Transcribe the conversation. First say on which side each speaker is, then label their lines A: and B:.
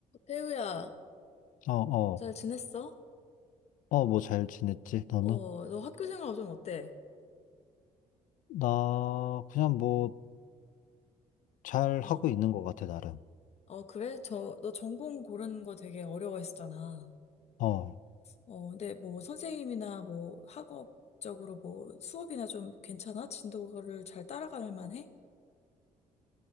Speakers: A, on the left; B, on the left.
A: 태우야,
B: 어, 어,
A: 잘 지냈어?
B: 어, 뭐 잘 지냈지, 너는?
A: 어, 너 학교 생활 요즘 어때?
B: 나, 그냥 뭐, 잘
A: 어,
B: 하고 있는 것 같아, 나름.
A: 어, 그래? 저, 너 전공 고르는 거 되게 어려워했었잖아.
B: 어,
A: 어, 근데 뭐 선생님이나 뭐 학업적으로 뭐 수업이나 좀 괜찮아? 진도를 잘 따라갈 만해?